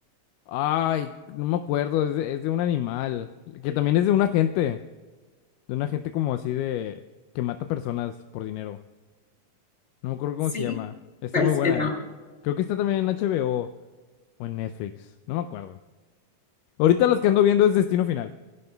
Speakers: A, on the left; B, on the left.
A: ay, no me acuerdo, es de, es de un animal, que también es de un agente, de un agente como así de, que mata personas por dinero. No me acuerdo cómo
B: sí,
A: se llama. Está
B: ¿cuál
A: muy
B: será?
A: buena. Creo que está también en HBO o o en Netflix, no me acuerdo. Ahorita las que ando viendo es Destino Final.